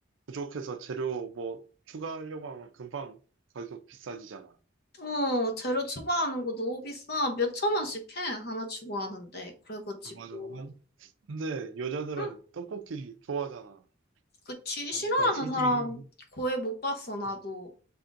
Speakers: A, on the right; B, on the left.
A: 부족해서 재료 뭐, 추가하려고 하면 금방 가격 비싸지잖아.
B: 어, 재료 추가하는 거 너무 비싸. 몇 천 원씩 해, 하나 추가하는데. 그래가지고.
A: 맞아. 근데 여자들은
B: 응.
A: 떡볶이 좋아하잖아.
B: 그치,
A: 난,
B: 싫어하는
A: 난 솔직히
B: 사람 거의 못 봤어, 나도.
A: 음,